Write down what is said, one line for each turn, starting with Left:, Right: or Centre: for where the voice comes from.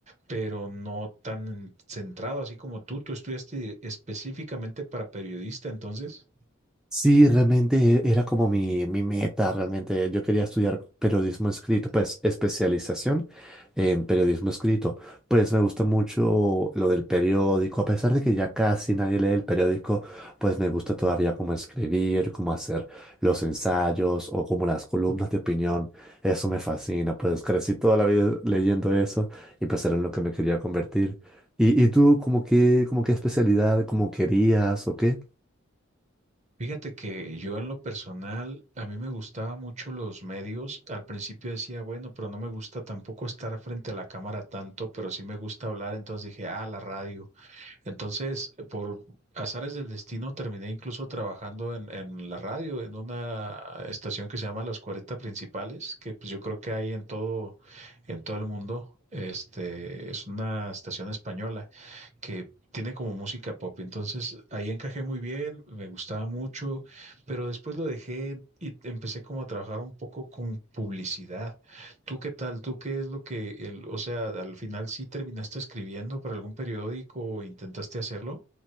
Right: pero no tan centrado así como tú. Tú estudiaste específicamente para periodista, entonces.
Centre: Sí, realmente era como mi, mi meta, realmente yo quería estudiar periodismo escrito, pues especialización en periodismo escrito. Pues me gusta mucho lo del periódico, a pesar de que ya casi nadie lee el periódico, pues me gusta todavía como escribir, como hacer los ensayos o como las columnas de opinión. Eso me fascina, pues crecí toda la vida leyendo eso y pues era en lo que me quería convertir. ¿Y, y tú, como que, como qué especialidad, como querías o qué?
Right: Fíjate que yo en lo personal, a mí me gustaba mucho los medios. Al principio decía, bueno, pero no me gusta tampoco estar frente a la cámara tanto, pero sí me gusta hablar. Entonces dije, ah, la radio. Entonces, por azares del destino, terminé incluso trabajando en, en la radio, en una estación que se llama Los Cuarenta Principales, que pues yo creo que hay en todo, en todo el mundo. Este, es una estación española que tiene como música pop. Entonces ahí encajé muy bien, me gustaba mucho, pero después lo dejé y empecé como a trabajar un poco con publicidad. ¿Tú qué tal? ¿Tú qué es lo que, el, o sea, al final sí terminaste escribiendo para algún periódico o intentaste hacerlo?